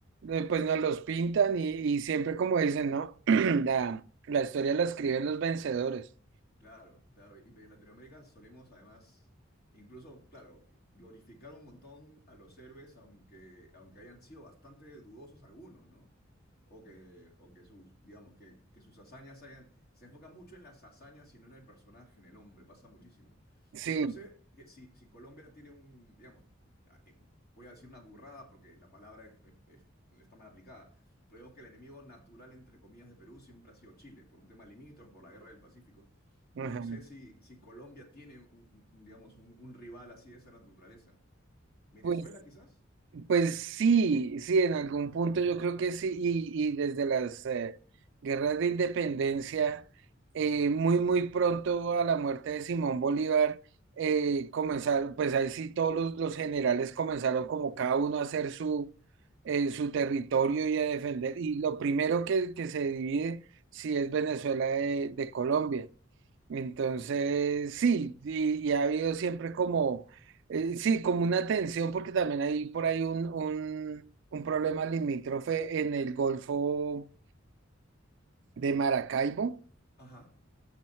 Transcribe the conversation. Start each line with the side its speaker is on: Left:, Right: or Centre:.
Right: eh, pues nos los pintan y, y siempre como dicen, ¿no? <clears throat> La, la historia la escriben los vencedores.
Left: Claro, claro. Y pero en Latinoamérica solemos además, incluso, claro, glorificar un montón a los héroes, aunque, aunque hayan sido bastante dudosos algunos, ¿no? O que, o que sus, digamos, que, que sus hazañas hayan... Se enfoca mucho en las hazañas y no en el personaje, en el hombre, pasa muchísimo.
Right: Sí,
Left: Yo no sé que si, si Colombia tiene un, digamos, ah, eh, voy a decir una burrada porque la palabra es- es- es- está mal aplicada, pero digamos que el enemigo natural, entre comillas, de Perú siempre ha sido Chile, por un tema limítrofe, por la guerra del Pacífico. Yo
Right: ajá.
Left: no sé si, si Colombia tiene un, un- un, digamos, un, un rival así de esa naturaleza. ¿Venezuela
Right: Pues
Left: quizás?
Right: Pues sí, sí, en algún punto yo creo que sí, y, y desde las eh, guerras de independencia, eh, muy, muy pronto a la muerte de Simón Bolívar, eh, comenzaron, pues ahí sí todos los, los generales comenzaron como cada uno a hacer su, eh, su territorio y a defender,
Left: Claro.
Right: y lo primero que, que se divide sí es Venezuela de de Colombia. Entonces, sí, y, y ha habido siempre como, eh, sí, como una tensión, porque también hay por ahí un, un, un problema limítrofe en el Golfo de Maracaibo.
Left: Ajá.